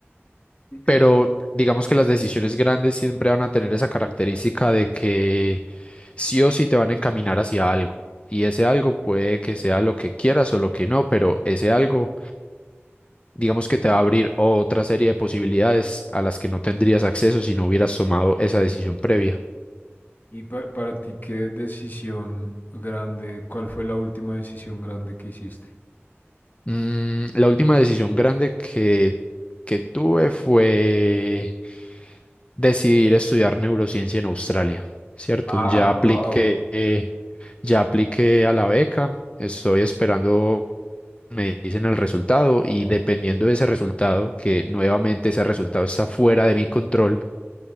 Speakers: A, on the left; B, on the left.
A: Claro.
B: Pero digamos que las decisiones grandes siempre van a tener esa característica de que sí o sí te van a encaminar hacia algo. Y ese algo puede que sea lo que quieras o lo que no, pero ese algo, digamos que te va a abrir otra serie de posibilidades a las que no tendrías acceso si no hubieras tomado esa decisión previa.
A: Y pa- para ti, ¿qué decisión grande, cuál fue la última decisión grande que hiciste?
B: Mm, la última decisión grande que, que tuve fue decidir estudiar neurociencia en Australia, ¿cierto?
A: Ah,
B: Ya apliqué,
A: wow.
B: eh, ya apliqué a la beca, estoy esperando, me dicen el resultado y dependiendo de ese resultado, que nuevamente ese resultado está fuera de mi control,